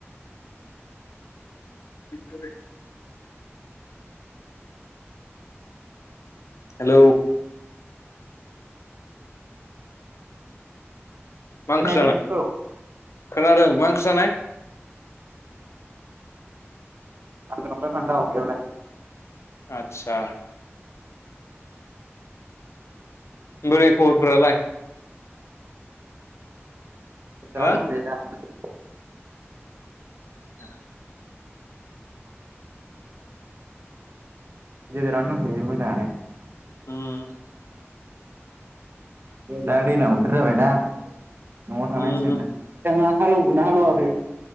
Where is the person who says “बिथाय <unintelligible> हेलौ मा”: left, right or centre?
Left